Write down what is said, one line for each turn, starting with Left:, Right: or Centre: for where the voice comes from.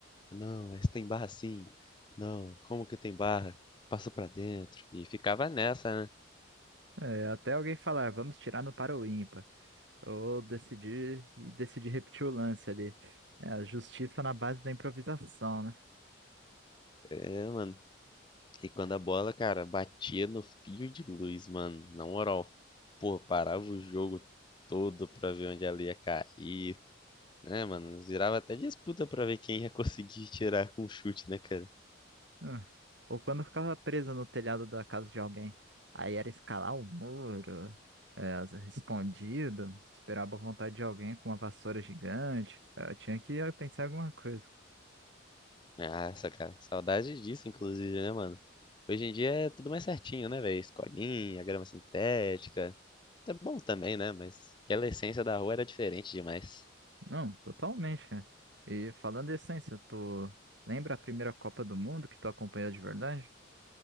Left: Não, mas tem barra sim. Não, como que tem barra? Passa pra dentro. E ficava nessa, né?
Right: É, até alguém falar, vamos tirar no para o ímpar. Ou decidir, e decidir repetir o lance ali. É, a justiça na base da improvisação, né?
Left: É, mano. E quando a bola, cara, batia no fio de luz, mano. Na moral, pô, parava o jogo todo pra ver onde ela ia cair. Né, mano? Virava até disputa pra ver quem ia <laughs> conseguir tirar com chute, né, cara?
Right: Hum. Ou quando eu ficava presa no telhado da casa de alguém. Aí era escalar o muro, é, as- escondido, esperava a boa vontade de alguém com uma vassoura gigante. É, Eu tinha que eh, pensar em alguma coisa.
Left: Nossa, cara, saudade disso, inclusive, né, mano? Hoje em dia é tudo mais certinho, né, velho? Escolinha, grama sintética. Tá bom também, né? Mas aquela essência da rua era diferente demais.
Right: Não, totalmente, cara. E falando em essência, tu lembra a primeira Copa do Mundo que tu acompanhou de verdade?